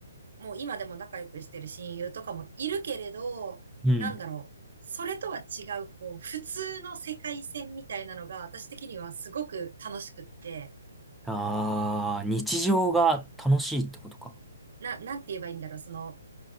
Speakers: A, on the right; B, in the centre.
A: もう今でも仲良くしてる親友とかもいるけれど、
B: うん。
A: なんだろう。それとは違う、こう、普通の世界線みたいなのが、私的にはすごく楽しくって、
B: ああ、日常が楽しいってことか。
A: な、なんて言えばいいんだろう。その、